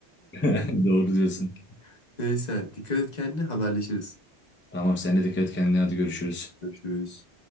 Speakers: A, on the left; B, on the left.
A: <laughs> Doğru diyorsun.
B: <laughs> Neyse dikkat et kendine haberleşiriz.
A: Tamam sen de dikkat et kendine hadi görüşürüz.
B: Görüşürüz.